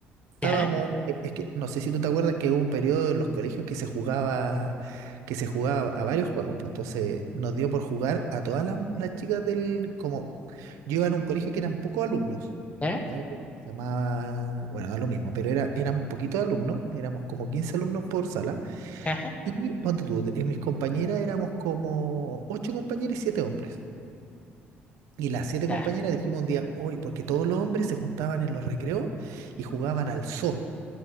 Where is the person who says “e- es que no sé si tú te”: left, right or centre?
Right